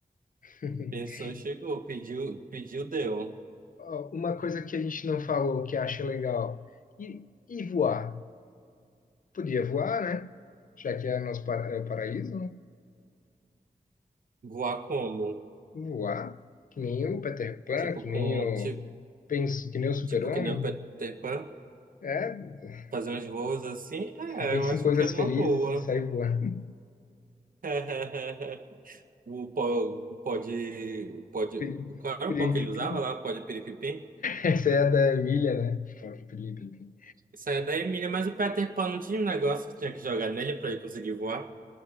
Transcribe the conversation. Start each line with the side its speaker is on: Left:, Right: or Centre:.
Left: <laughs>
Right: Pensou, chegou, pediu, pediu, deu.
Left: Ó, Uma coisa que a gente não falou que acha legal. E, e voar? Podia voar, né? Já que é nosso para- é o paraíso, né?
Right: Voar como?
Left: Voar. Que nem o Peter Pan,
Right: Tipo
Left: que
Right: com
Left: nem o,
Right: tipo,
Left: penso, que nem o Super-Homem.
Right: tipo que nem o Peter Pan,
Left: É, <laughs>
Right: fazer uns voos assim? É,
Left: pensa
Right: eu acho
Left: em coisas
Right: que era
Left: felizes
Right: uma boa.
Left: e sai voando. <laughs>
Right: <laughs> O pó, o pó de, pó de,
Left: Pilim,
Right: qual era
Left: pilim,
Right: o pó que ele usava
Left: pilim.
Right: lá? O pó de piripipim?
Left: Essa é a da Emília, né? Pilim, pilim, pilim.
Right: Isso aí é da Emília, mas o Peter Pan não tinha um negócio que tinha que jogar nele pra ele conseguir voar?